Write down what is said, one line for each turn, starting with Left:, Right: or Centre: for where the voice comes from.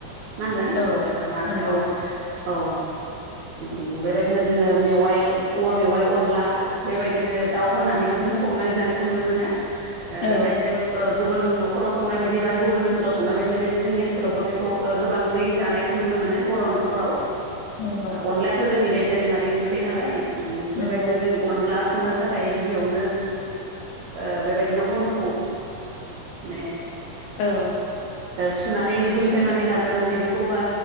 Right: नांगोन
Left: औ
Right: ओ मा
Left: नंगौ
Right: औ औ। उम बेबायदिनो जोङो मेवाइ औवा मेवाइ अनला बेबायदिनो दाउ होनानैबो जों संनानै जानायखौ नुनो मोनो। ओ
Left: औ
Right: बेबायदिनो <unintelligible> गुबुन नखराव संनाय बायदि बा गुबुन ओनसोलाव संनाय बायदिनो बेदनो जोंनि ओनसोलावबो बेखौ गोबाङै जानायखौ नुनो मोनो बर' न'खराव।
Left: नंगौ
Right: ओ अनलायाथ' जोंनि बे दोरोङारि ओंख्रि नालाय। उम बेबायदिनो
Left: नंगौ
Right: जों अनला स संनो थाखाय गिबियावनो ओ बेबायदनो अनखौ ने
Left: औ
Right: ओ सुनानै रुइहोनानै लाग्रोनानै बेखौ बा